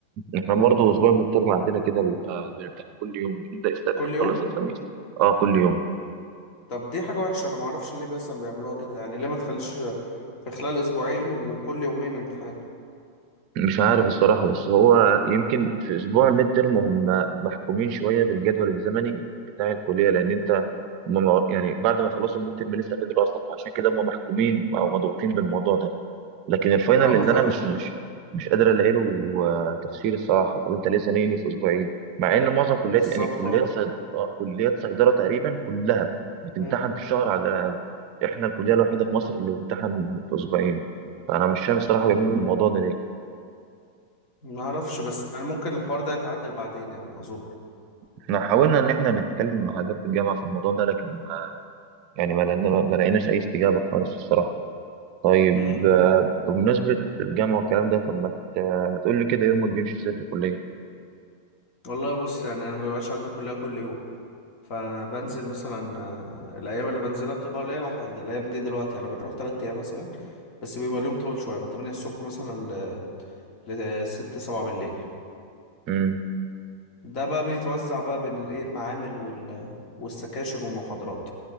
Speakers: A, on the right; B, on the left.
A: احنا برضه اسبوع من الترم عندنا كده بيبقى بنمتحن كل يوم بنبدا السبت
B: كل
A: نخلص
B: يوم
A: الخميس اه كل يوم
B: طب دي حاجة وحشة انا معرفش ليه مثلا بيعملوها كده يعني ليه ما تخليش في خلال اسبوعين وكل يومين امتحان
A: مش عارف الصراحة بس هو يمكن في أسبوع الميد ترم هم محكومين شوية بالجدول الزمني بتاع الكلية لأن أنت هم يعني بعد ما خلصوا الميد ترم لسه في دراسة فعشان كده هم محكومين أو مضغوطين بالموضوع ده لكن الفاينل
B: اه
A: اللي
B: اه فاهم
A: أنا مش مش مش قادر ألاقي له آه، تفسير الصراحة طب أنت ليه زنقني في أسبوعين مع إن معظم كليات
B: بالظبط
A: يعني كليات
B: اه
A: صيد... آه، كليات صيدلة تقريبا كلها بتمتحن
B: امم
A: في شهر على الأقل إحنا الكلية الوحيدة في مصر اللي بتمتحن في أسبوعين فأنا مش فاهم الصراحة
B: امم
A: بيعملوا الموضوع ده ليه
B: ما اعرفش بس يعني ممكن الحوار ده يتعدل بعدين يعني اظن
A: احنا حاولنا ان احنا نتكلم مع اداره الجامعه في الموضوع ده لكن يعني ما لقينا ما لقيناش اي استجابه خالص الصراحه طيب
B: امم
A: آه، بمناسبه الجامعه والكلام ده طب ما ت- ما تقول لي كده يومك بيمشي ازاي في الكليه
B: والله بص يعني انا ما بيبقاش عندي كلية كل يوم فبنزل مثلا آه، الايام اللي بنزلها بتبقى قليلة ح- الايام دي دلوقتي يعني بنروح 3 ايام مثلا بس بيبقى اليوم طويل شوية من 8 الصبح مثلا ل ل 6 7 بالليل
A: امم
B: ده بقى بيتوزع بقى بين الايه المعامل وال... والسكاشن والمحاضرات